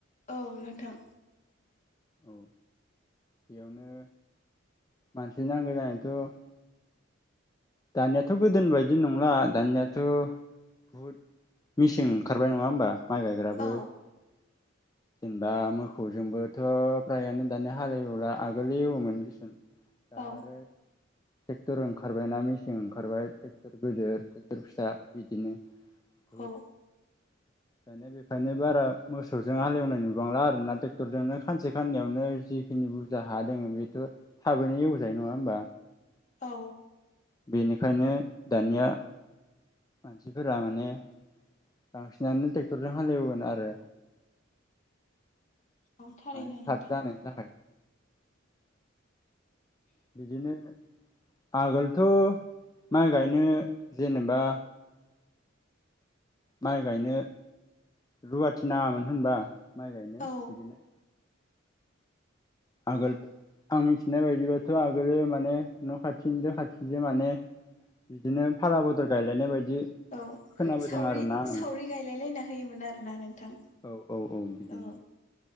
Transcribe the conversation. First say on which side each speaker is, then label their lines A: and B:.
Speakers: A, on the left; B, on the left.
A: औ नोंथां।
B: औ बेयावनो मानसि नांगौ जानायाथ' दानियाथ' गोदोनि बायदि नंला दानियाथ' बहुद मिसिन ओंखारबाय नङा होमबा? माइ गायग्राबो
A: औ
B: जेनेबा मो जोंबोथ' फ्रायानो दानिया हालेवला आगोल एवोमोन देसुन दा
A: औ
B: आरो ट्रेक्टर ओंखारबायना मि सिन ओंखारबाय ट्रेक्टर गेदिर ट्रेक्टर फिसा बिदिनो। बहुद
A: औ
B: दानिया बे ओंखायनो बारा मोसौजों हालेवनाय नुबांला आरो ना ट्रेक्टरजोंनो सानसे साननैयावनो जिखिनि बुरजा हा दोङो बेथ' था थाबैनो एउ जायो नङा होनोमबा।
A: औ।
B: बेनिखायनो दानिया मानसिफोरा माने बांसिनानो ट्रेकटरजों हालेवगोन आरो।
A: औ थारैनो
B: माने
A: नोंथां।
B: थाब जानायनि थाखाय बिदिनो आगोलथ' माय गायनो जेनेबा माय गायनो रुवाथि नाङामोन होनबा। माय गायनो
A: औ
B: बिदिनो आगोल आं मिथिनाय बायदिबाथ' आगोलो माने न खाथिनिजों खाथिजों माने बिदिनो फाला बदल गायलायनाय बायदि
A: औ
B: खोनाबोदों
A: सावरि
B: आरोना आङो
A: सावरि गायलाय लायना होयोमोन आरोना नोंथां
B: औ औ बिदिनो
A: औ।